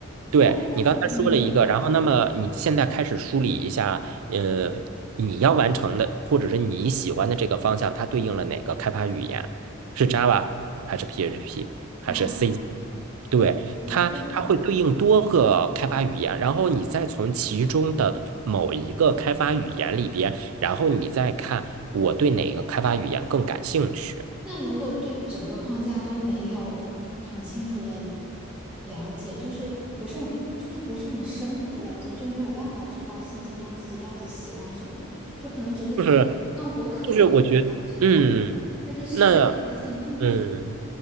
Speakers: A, on the right; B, in the centre.
A: 对，
B: ，network
A: 你刚才说了一个，
B: 没有 app
A: 然后那么你现在开始梳理一下，呃，你要完成的或者是你喜欢的这个方向，它对应了哪个开发语言？是 Java 还是 PHP 还是
B: 啊，
A: C？对，
B: 不错
A: 它它会对应多个开发语言，然后你再从其中的某一个开发语言里边，然后你再看我对哪个开发语言更感兴趣。
B: 那如果对整个框架都没有很清楚的了解，就是不是很，就是不是很深刻的了解，就没有办法知道现阶段自己到底喜欢什么了，就可能只是觉得，
A: 就是
B: 那我可能往这个，
A: 就是，我觉得，嗯，
B: 但是试一试发现并不是这样
A: 那嗯。